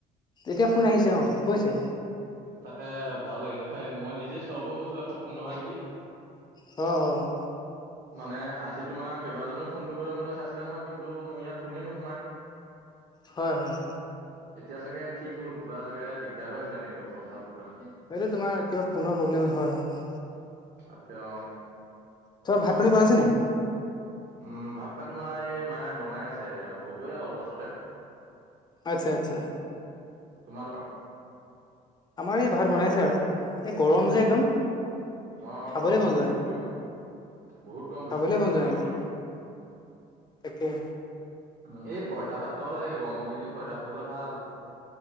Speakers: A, on the left; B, on the right.
A: এতিয়া ফোন আহিছে অ, গৈছে।
B: তাকে ভাল লাগিলে ভাই মই নিজেই চক হৈ গৈছো আকৌ ফোন অহা দেখি।
A: অ', অ',
B: মানে আজি তোমাৰ কেইবাজনেও ফোন কৰিবলৈ মোলৈ চাইছিলে নহয় কিন্তু কিন্তু মোৰ ইয়াত ফোনে নোসোমাই।
A: হয় হয়।
B: এতিয়া চাগে ঠিক হ'ল কিবা চাগে দিগদাৰ হৈ আছিলে নেটৱৰ্কৰ বা কিবা।
A: এইটো তোমাৰ কিবা ফোনৰ প্ৰব্লেম হয় হয়।
B: তাকে অঁ।
A: চব ভাত পানী বনাইছে নাই?
B: উম ভাত পানী তোমাৰ এই মায়ে বনাই আছে আৰু হ'বই আৰু অলপ পাছতে।
A: আচ্ছা আচ্ছা।
B: তোমালোকৰ?
A: আমাৰ এই ভাত বনাইছে আৰু এই গৰম যে একদম।
B: অঁ
A: খাবলৈ
B: গৰমটো
A: মন
B: বহুত
A: যায়
B: পৰিছে। বহুত গৰম পৰিছে
A: খাবলৈ মন
B: হয়
A: যোৱা নাই
B: অ
A: একদম, তাকে।
B: অঁ, এই পইতা ভাত খাব লাগে গৰমৰ কেইদিন পইতা ভাত খাবলে ভাল।